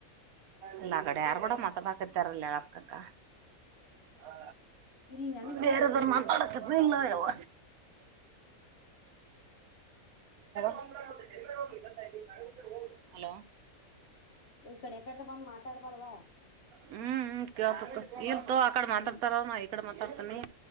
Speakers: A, on the right; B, on the left.
A: ಇಲ್ಲ ಕಡೆ ಯಾರು ಕೂಡ ಮತ ಬಾಕತ್ತಾರಲ್ಲಕ್ಕಕ್ಕ ಹಾ
B: ಇಲ್ಲಿ ನನಗ್ ಕೇಳಾಕತ್ತದ
A: ಬೇರೆದ್ರು ಮಾತಾಡಕ ಇಲ್ಲ ಯವ್ವ <unintelligible> ಹಲೋ
B: ಈ ಕಡೆ ಕಡ್ರ ಬಂದ್ ಮಾತಾಡ್ಬಾರವಾ
A: ಹ್ಮ್ ಹ್ಮ ಕೇಳ್ತತ್ ಇಲ್ತು ಆಕಡೆ ಮಾತಾಡ್ತಾರ
B: ಏನ
A: ನ ಈ ಕಡೆ ಮಾತಾಡ್ತನಿ